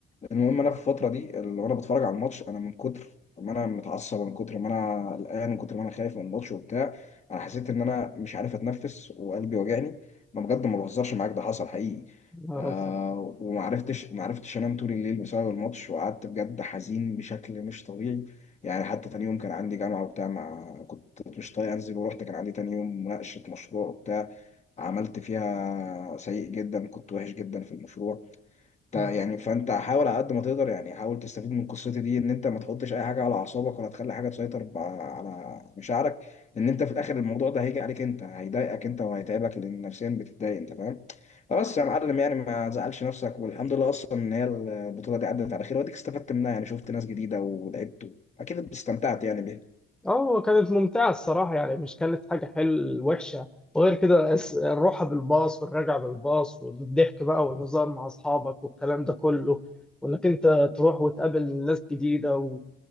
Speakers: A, on the left; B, in the centre.
A: المهم انا في الفتره دي اللي وانا بتفرج على الماتش انا من كتر ما انا متعصب من كتر ما انا قلقان من كتر ما انا خايف من الماتش وبتاع انا حسيت ان انا مش عارف اتنفس وقلبي وجعني ما بجد ما بهزرش معاك ده حصل حقيقي
B: يا نهار
A: آه
B: أزرق
A: وما عرفتش ما عرفتش انام طول الليل بسبب الماتش وقعدت بجد حزين بشكل مش طبيعي يعني حتى تاني يوم كان عندي جامعه وبتاع ما كنت مش طايق انزل ورحت كان عندي تاني يوم مناقشه مشروع وبتاع عملت فيها سيء جدا كنت وحش جدا في المشروع تا-
B: مم.
A: يعني فانت حاول على قد ما تقدر يعني حاول تستفيد من قصتي دي ان انت ما تحطش اي حاجه على اعصابك ولا تخلي حاجه تسيطر ب- على مشاعرك لان انت في الاخر الموضوع ده هيجي عليك انت هيضايقك انت وهيتعبك لان نفسيا بتتضايق انت فاهم فبس يا معلم يعني ما تزعلش نفسك والحمد لله اصلا ان هي البطوله دي عدت على خير واديك استفدت منها يعني شفت ناس جديده ولعبت اكيد استمتعت يعني بيها
B: اه كانت ممتعة الصراحة يعني مش كانت حاجة حلوة وحشة وغير كده أس- الروحة بالباص والرجعة بالباص والضحك بقى والهزار مع أصحابك والكلام ده كله وإنك أنت تروح وتقابل ناس جديدة